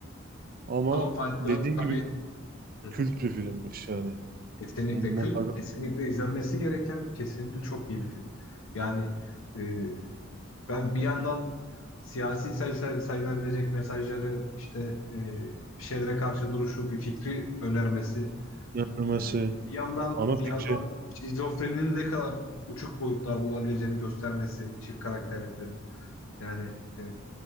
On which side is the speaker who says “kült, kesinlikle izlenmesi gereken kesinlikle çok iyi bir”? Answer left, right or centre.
Left